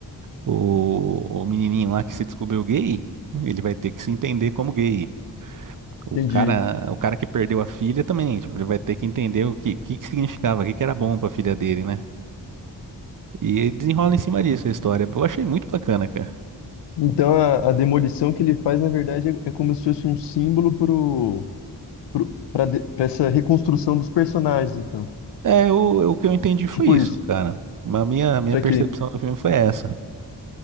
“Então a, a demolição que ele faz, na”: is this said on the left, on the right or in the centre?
Left